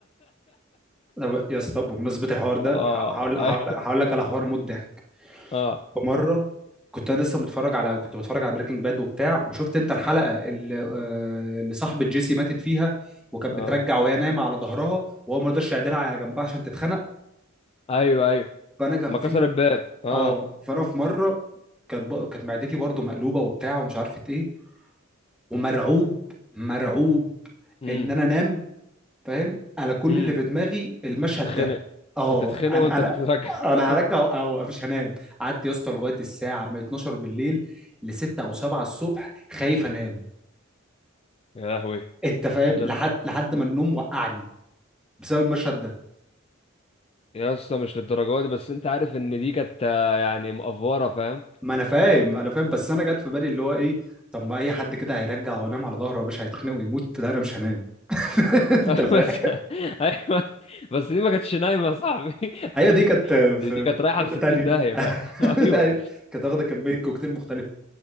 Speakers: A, in the centre; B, on the left.
A: طب يا اسطى بمناسبه الحوار ده
B: اه
A: ه- هقول هقول
B: ايوه
A: هقول لك على حوار موت ضحك
B: اه
A: فمره كنت انا لسه متفرج على كنت بتفرج على بريكنج باد وبتاع وشفت انت الحلقه اللي آه، اللي صاحبه جيسي ماتت فيها وكانت
B: اه
A: بترجع وهي نايمه على ظهرها وهو ما رضاش يعدلها على جنبها عشان تتخنق
B: ايوه ايوه
A: فانا كان
B: ما
A: في
B: كسر الباب اه
A: اه فانا في مره كانت ب- كانت معدتي برضو مقلوبه وبتاع ومش عارفه ايه ومرعوب مرعوب
B: امم
A: ان انا انام فاهم انا كل
B: امم
A: اللي في دماغي المشهد
B: تتخنق
A: ده اه
B: تتخنق
A: انا
B: وانت
A: انا
B: بتترجع <laughs>
A: انا هرجع اه مش هنام قعدت يا اسطى لغايه الساعه من 12 بالليل ل 6 او 7 الصبح خايف انام
B: يا لهوي
A: انت فاهم
B: الدر...
A: لحد لحد ما النوم وقعني بسبب المشهد ده
B: يا اسطى مش للدرجه دي بس انت عارف ان دي كانت آه، يعني مقفوره فاهم
A: ما انا فاهم انا فاهم بس انا جت في بالي اللي هو ايه طب ما اي حد كده هيرجع وانام على ظهره يا باشا هيتخنق ويموت لا انا مش هنام <laughs>
B: <laughs>
A: انت فاهم
B: بس ايوه بس دي ما كانتش نايمه يا صاحبي <laughs>
A: ايوه دي كانت في
B: دي دي كانت رايحه
A: في حته
B: ب 60
A: تانية
B: داهيه
A: <laughs>
B: فاهم <laughs> ايوه
A: أيوة، كانت واخده كميه كوكتيل مختلفه